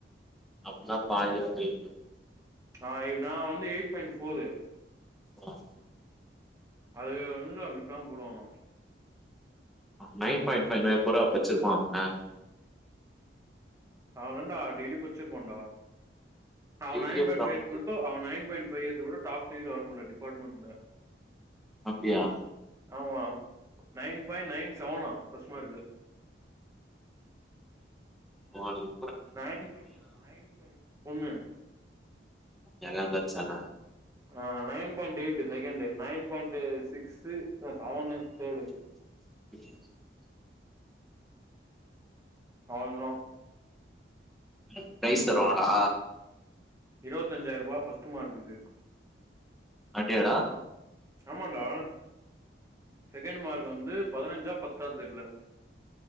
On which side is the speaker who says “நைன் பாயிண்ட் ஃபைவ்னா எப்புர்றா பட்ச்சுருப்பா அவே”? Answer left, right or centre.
Centre